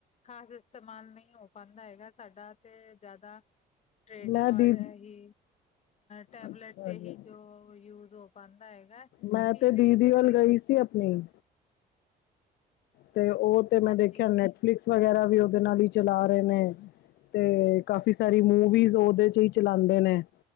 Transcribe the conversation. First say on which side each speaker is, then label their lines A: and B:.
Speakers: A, on the left; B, on the left.
A: ਖ਼ਾਸ ਇਸਤੇਮਾਲ ਨਹੀਂ ਹੋ ਪਾਉਂਦਾ ਹੈਗਾ। ਸਾਡਾ ਤੇ ਜ਼ਿਆਦਾ। ਟਡਿੰਗ
B: ਮੈਂ ਦੀ
A: ਹੀ, ਟੈਬਲੇਟ
B: ਅੱਛਾ
A: ਤੇ
B: ਜੀ
A: ਹੀ ਜੋ ਯੂਜ ਹੋ। ਬੰਦਾ ਹੈਗਾ।
B: ਮੈਂ
A: ਟੀ
B: ਤੇ ਦੀਦੀ
A: ਵੀ ਕਿਉਂਕਿ
B: ਵੱਲ ਗਈ ਸੀ। ਆਪਣੀ। ਤੇ ਉਹ ਤੇ ਮੈਂ
A: ਹਾਂਜੀ
B: ਦੇਖਿਆ। ਨੈਟਫਲਿਕਸ ਵਗੈਰਾ ਵੀ ਓਦੇ ਨਾਲ ਹੀ ਚਲਾ ਰਹੇ ਨੇ। ਤੇ ਕਾਫੀ ਸਾਰੀ ਮੂਵੀਜ਼ ਉਹਦੇ ਚ' ਹੀ ਚਲਾਉਂਦੇ ਨੇ।